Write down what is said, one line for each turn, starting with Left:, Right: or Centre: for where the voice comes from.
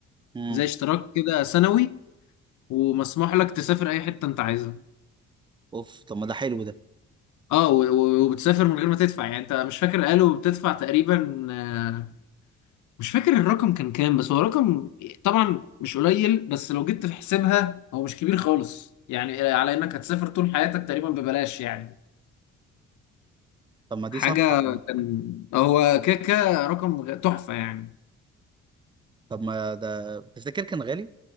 Right: امم
Left: زي اشتراك كده سنوي ومسموح لك تسافر اي حته انت عايزها
Right: اوف طب ما ده حلو ده
Left: اه و- و- وبتسافر من غير ما تدفع يعني انت مش فاكر قالوا بتدفع تقريبا آه، مش فاكر الرقم كان كام بس هو رقم طبعا مش قليل بس لو جيت في حسابها هو مش كبير خالص يعني على انك هتسافر طول حياتك تقريبا ببلاش يعني
Right: طب ما دي
Left: حاجة
Right: صفقة
Left: كان آه، هو كده كده رقم غ- تحفة يعني
Right: طب ما ده تفتكر كان غالي